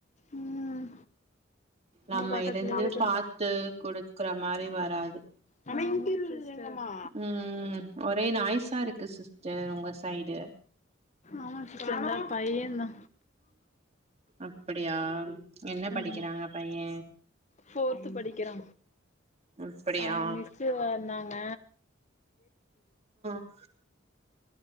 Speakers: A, on the left; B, on the right.
A: ம்
B: நம்ம
A: பக்கத்துலயே
B: இருந்து
A: இருக்கனு
B: பாத்து குடுத்துக்கற மாரி வராது
A: கலை வீட்டில் இல் இல்லமா
B: ம் ஒரே நாய்ஸா இருக்கு சிஸ்டர் உங்க சைடு
A: ஆமா சிஸ்டர் எங்க பையந்தா
B: அப்படியா என்ன படிக்கிறாங்க
A: ஆமா
B: பைய
A: ஃபோர்த்து படிக்கிறா
B: அப்படியா
A: அவங்க மிஸ்சு வந்தாங்க
B: ஆ